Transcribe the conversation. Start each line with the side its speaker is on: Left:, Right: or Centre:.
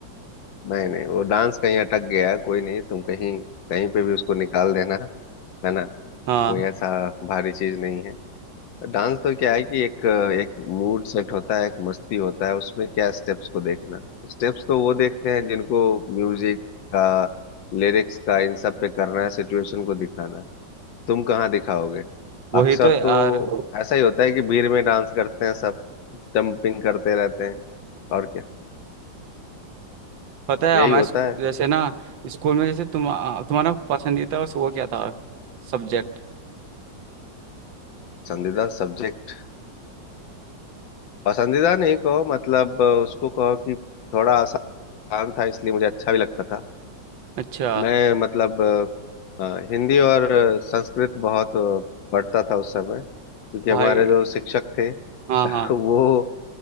Left: नहीं नहीं वो डांस कहीं अटक गया है कोई नहीं तुम कहीं कहीं पे भी उसको निकाल देना है ना
Right: हाँ
Left: कोई ऐसा भारी चीज नहीं है डांस तो क्या है कि एक एक मूड सेट होता है एक मस्ती होता है उसमें क्या स्टेप्स को देखना तो स्टेप्स तो वो देखते हैं जिनको म्यूजिक का लिरिक्स का इन सब पे करना है सिचुएशन को दिखाना है तुम कहाँ दिखाओगे
Right: वही
Left: अक्सर
Right: तो यार
Left: तो ऐसा ही होता है कि भीड़ में डांस करते हैं सब जंपिंग करते रहते हैं और क्या
Right: पता है
Left: यही
Right: हमारे
Left: होता
Right: स्कू-
Left: है
Right: जैसे ना स्कूल में जैसे तुम तुम्हारा पसंदीदा वो क्या था सब्जेक्ट
Left: पसंदीदा सब्जेक्ट पसंदीदा नहीं कहो मतलब अ, उसको कहो कि थोड़ा आसान था इसलिए मुझे अच्छा भी लगता था
Right: अच्छा
Left: मैं मतलब अ, अ, हिंदी और अ, संस्कृत बहुत अ, पढ़ता था उस समय क्योंकि
Right: भाई
Left: हमारे जो शिक्षक थे
Right: हाँ
Left: <laughs>
Right: हाँ
Left: वो